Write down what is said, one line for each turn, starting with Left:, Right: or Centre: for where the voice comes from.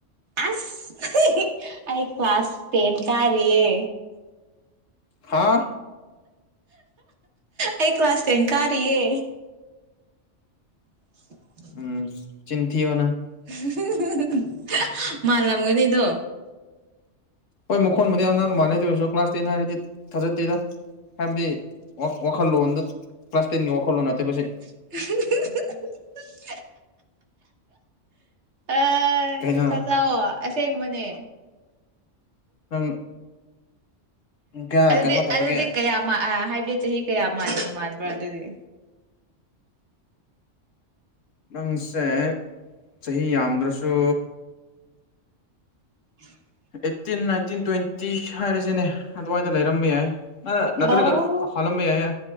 Right: ꯑꯁ ꯑꯩ ꯀ꯭ꯂꯥꯁ ꯇꯦꯟ ꯀꯥꯔꯤꯌꯦ
Left: ꯍꯥꯥ
Right: ꯑꯩ ꯀ꯭ꯂꯥꯁ ꯊꯦꯟ ꯀꯥꯔꯤꯌꯦ <inaudible>
Left: ꯎꯝ ꯆꯤꯟꯊꯤꯑꯣ ꯅꯪ
Right: <unintelligible> ꯃꯥꯜꯂꯝꯒꯅꯤꯗꯣ
Left: ꯍꯣꯏ ꯃꯈꯣꯟꯕꯨꯗꯤ ꯑꯉꯥꯡ ꯃꯥꯜꯂꯦ ꯑꯗꯨ ꯑꯣꯏꯔꯁꯨ ꯀ꯭ꯂꯥꯁ ꯇꯦꯟ ꯍꯥꯏꯔꯗꯤ ꯊꯥꯖꯠꯇꯦꯔ ꯍꯥꯏꯕꯗꯤꯋꯥꯛ ꯋꯥꯈꯜꯂꯣꯟꯗꯣ ꯀ꯭ꯂꯥꯁ ꯇꯦꯟꯒꯤ ꯋꯥꯈꯜꯂꯣꯟ ꯅꯠꯇꯦꯕꯁꯦ
Right: <inaudible> ꯑ
Left: ꯀꯩꯅꯣ
Right: ꯊꯖꯧꯑꯣ ꯑꯁꯦꯡꯕꯅꯦ
Left: ꯅꯪ ꯀꯌꯥ
Right: ꯑꯗꯨꯗꯤ
Left: ꯀꯩꯅꯣ ꯇꯧꯔꯒꯦ
Right: ꯑꯗꯨꯗꯤ ꯀꯌꯥ ꯃꯥ ꯑ ꯍꯥꯏꯕꯗꯤ ꯆꯍꯤ ꯀꯌꯥ ꯃꯥꯟ ꯃꯥꯟꯕꯔ ꯑꯗꯨꯗꯤ
Left: ꯅꯪꯁꯦ ꯆꯍꯤ ꯌꯥꯝꯗ꯭ꯔꯁꯨ
Right: <unintelligible>
Left: ꯑꯦꯠꯇꯤꯟ ꯅꯥꯏꯇꯤꯟ ꯇ꯭ꯋꯦꯟꯇꯤ ꯍꯥꯏꯔꯁꯤꯅꯦ ꯑꯗꯨꯋꯥꯏꯗ ꯂꯩꯔꯝꯕ ꯌꯥꯏ ꯑ
Right: ꯑꯥꯎ
Left: ꯅꯠꯇ꯭ꯔꯒ ꯍꯥꯜꯂꯝꯕ ꯌꯥꯏꯌꯦ